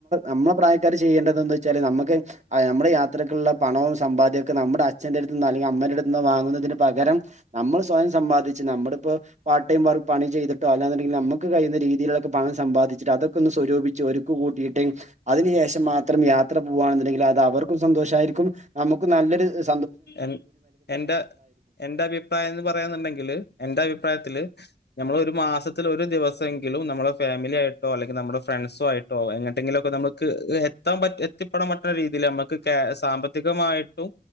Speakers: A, on the right (about 45°); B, on the left (about 85°).
A: നമ്മള പ്രായക്കാർ ചെയ്യേണ്ടതന്ന് വെച്ചാല് നമുക്ക് നമ്മുടെ യത്രക്കുള്ള പണവും സമ്പദ്യക്കെ നമ്മുടെ അച്ഛന്റെ അടുത്ത് നിന്നോ അല്ലെങ്കിൽ അമ്മന്റെ അടുത്ത് നിന്നോ വാങ്ങുന്നതിന് പകരം നമ്മള് സ്വയം സമ്പാദിച്ച് നമ്മളിപ്പോ പാർട്ട്ടൈം പണി ചെയ്തിട്ടോ അല്ലാന്ന് ഇണ്ടങ്കിൽ നമുക്ക് കഴിയുന്ന രീതിയിലൊക്കെ പണം സബാ സമ്പാദിച്ചിട്ട് അതൊക്കെ ഒന്ന് സ്വരൂപിച്ച് ഒരുക്ക് കൂട്ടിയിട്ട് അതിന് ശേഷം മാത്രം യാത്ര പോവാന്നുണ്ടെങ്കിൽ അത് അത് അവർക്കും സന്തോഷമായിരിക്കും നമുക്ക് നല്ലൊരു ഇത
B: എൻ എന്റെ എന്റെ അഭിപ്രായം എന്ന് പറയാന്നുണ്ടെങ്കില് എന്റെ അഭിപ്രായത്തില് നമ്മൾ ഒരു മാസത്തിൽ ഒരു ദിവസെങ്കിലും നമ്മളെ ഫാമിലി ആയിട്ടോ അല്ലെങ്കിൽ നമ്മുടെ ഫ്രണ്ട്സു ആയിട്ടോ എങ്ങന എന്തെങ്കിലുമൊക്കെ നമ്മുക്ക് എത്താൻ പറ്റ എത്തിപ്പെടാൻ പറ്റുന്ന രീതിയിൽ നമ്മുക്ക് സാമ്പത്തികമായിട്ടും